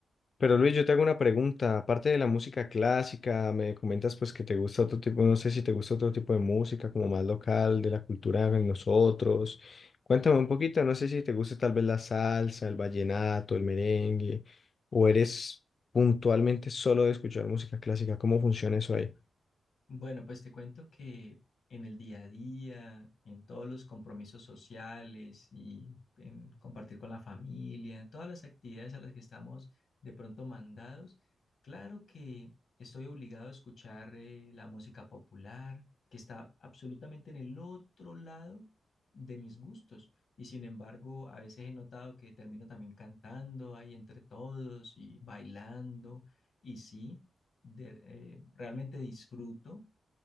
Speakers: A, on the left (about 40°); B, on the left (about 55°).
A: Pero Luis, yo te hago una pregunta. Aparte de la música clásica, me comentas pues que te gusta otro tipo, no sé si te gusta otro tipo de música, como más local, de la cultura de nosotros. Cuéntame un poquito, no sé si te gusta tal vez la salsa, el vallenato, el merengue, o eres puntualmente solo de escuchar música clásica. ¿Cómo funciona eso ahí?
B: Bueno, pues te cuento que en el día a día, en todos los compromisos sociales y en compartir con la familia, todas las actividades a las que estamos de pronto mandados, claro que estoy obligado a escuchar eh, la música popular, que está absolutamente en el otro lado de mis gustos. Y sin embargo, a veces he notado que termino también cantando ahí entre todos y bailando. Y sí, de- eh, realmente disfruto.